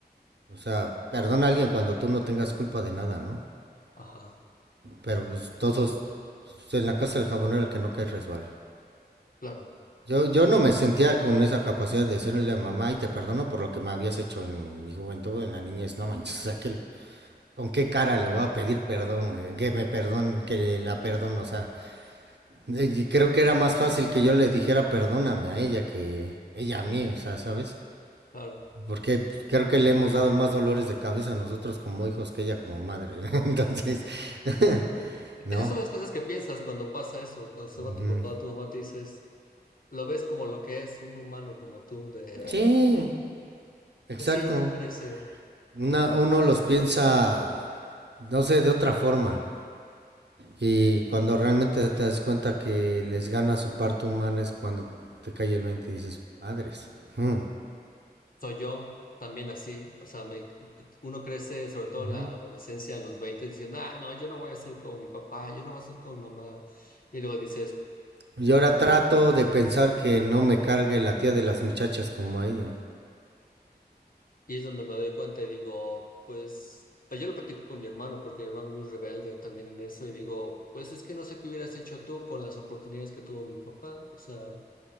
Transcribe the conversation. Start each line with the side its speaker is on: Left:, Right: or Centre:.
Right: O sea, perdona a alguien cuando tú no tengas culpa de nada, ¿no?
Left: Ajá,
Right: Pero pues, todos, pues, en la casa del jabonero el que no cae resbala.
Left: claro,
Right: Yo, yo
Left: claro,
Right: no me sentía con esa capacidad de decirle a mamá, y te perdono por lo que me habías hecho en mi juventud, en la niñez, no manches, o sea, que, ¿con qué cara le voy a pedir perdón? güey? Que me perdón, que la perdono, o sea, eh, y creo que era más fácil que yo le dijera perdóname a ella que ella a mí, o sea, ¿sabes?
Left: claro.
Right: Porque pues, creo que le hemos dado más dolores de cabeza a nosotros como hijos que ella como madre, <laughs> entonces, <laughs> no.
Left: Esas son las cosas que piensas cuando pasa eso, cuando se
Right: Ujú.
Left: va tu papá o tu mamá, te dices, lo ves como lo que es, un humano como tú, de,
Right: Sí,
Left: ah,
Right: exacto.
Left: pues sí, uno crece,
Right: Una, uno los piensa no sé, de otra forma. Y cuando realmente te das cuenta que les gana su parte humana es cuando te cae el 20 y dices, madres. mm".
Left: soy yo también así, o sea, me- uno crece sobre todo
Right: Ujú.
Left: en la adolescencia, en los 20 diciendo, ah, no, yo no voy a ser como mi papá, yo no voy a ser como mi mamá, y luego dices,
Right: Y ahora trato de pensar que no me cargue la tía de las muchachas como a ella.
Left: Y es donde me doy cuenta y digo, pues, ah, yo lo platico con mi hermano, porque mi hermano es muy rebelde también en eso, y digo, pues es que no sé qué hubieras hecho tú con las oportunidades que tuvo mi papá, o sea, a